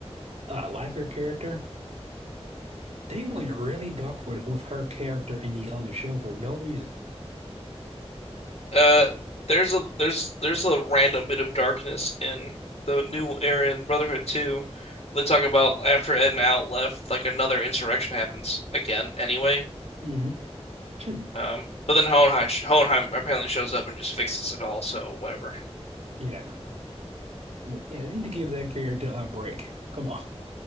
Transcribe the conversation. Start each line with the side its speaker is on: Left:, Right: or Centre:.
Right: I like her character. They went really dark with with her character in the other show for no reason.
Left: Uh, there's a there's there's a random bit of darkness in the new era in Brotherhood 2. They talk about after Ed and Al left, like another insurrection happens again anyway.
Right: Mm-hmm. <laughs>
Left: Um, but then Hohenheim, Hohenheim apparently shows up and just fixes it all, so whatever.
Right: Yeah, but yeah, they need to give that character a break. Come on.